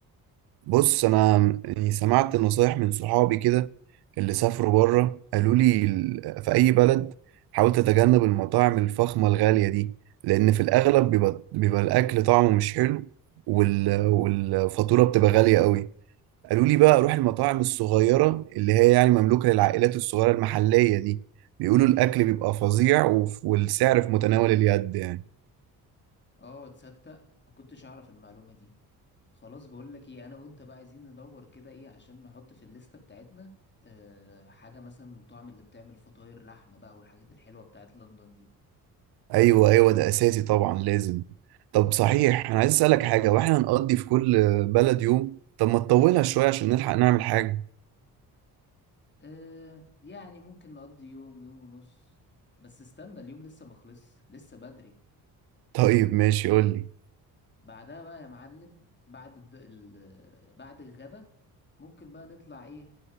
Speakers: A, on the right; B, on the left.
A: بص انا يعني سمعت نصايح من صحابي كده اللي سافروا بره قالوا لي ال- في اي بلد حاول تتجنب المطاعم الفخمه الغاليه دي لان في الاغلب بيبقى بيبقى الاكل طعمه مش حلو وال... والفاتوره بتبقى غاليه قوي قالوا لي بقى روح المطاعم الصغيره اللي هي يعني مملوكه للعائلات الصغيره المحليه دي بيقولوا الاكل بيبقى فظيع وف- والسعر في متناول اليد يعني
B: اه تصدق ما كنتش اعرف المعلومة دي خلاص بقول لك ايه انا وانت بقى عايزين ندور كده ايه عشان نحط في الليستة بتاعتنا أه حاجة مثلا من المطاعم اللي بتعمل فطاير لحمة بقى والحاجات الحلوة بتاعت لندن دي
A: ايوه ايوه ده اساسي طبعا لازم طب صحيح انا عايز اسالك حاجه واحنا هنقضي في كل بلد يوم طب ما تطولها شويه عشان نلحق نعمل حاجه
B: أه يعني ممكن نقضي يوم يوم ونص بس استنى اليوم لسه ما خلص لسه بدري
A: طيب ماشي قول لي
B: بعدها بقى يا معلم بعد الد... ال... بعد الغدا ممكن بقى نطلع ايه